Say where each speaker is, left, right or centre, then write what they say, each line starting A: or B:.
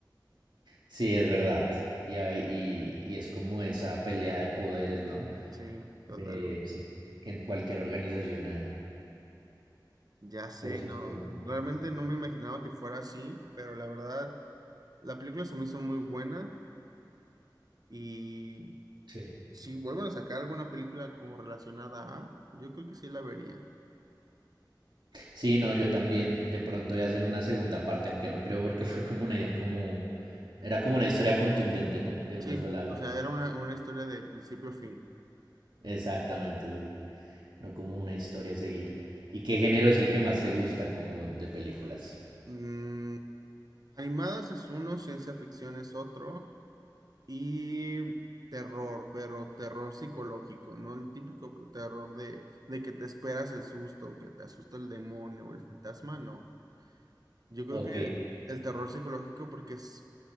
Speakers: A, on the right; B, on the right.
A: Sí, es verdad. Y, a- y- y es como esa pelea de poderes, ¿no?
B: Sí, totalmente.
A: De, sí, que en cualquier organización hay.
B: Ya sé,
A: Pero sí,
B: no,
A: estuvo muy interesante.
B: realmente no me imaginaba que fuera así, pero la verdad, la película se me hizo muy buena y
A: Sí.
B: si vuelven a sacar alguna película como relacionada a, yo creo que sí la vería.
A: Sí, no, yo también. De pronto ya hacen una segunda parte, aunque no creo porque <laughs> fue como una idea, como... Era como una historia contundente, ¿no? De
B: Sí,
A: una sola vez.
B: o sea, era una, una historia de principio a fin.
A: Exactamente, sí. No como una historia a seguir. ¿Y qué género es el que más te gusta como de películas?
B: Mm, animadas es uno, ciencia ficción es otro. Y terror, pero terror psicológico, ¿no? El típico terror de, de que te esperas el susto, que te asusta el demonio o el fantasma, no. Yo creo
A: Ok,
B: que el terror psicológico porque es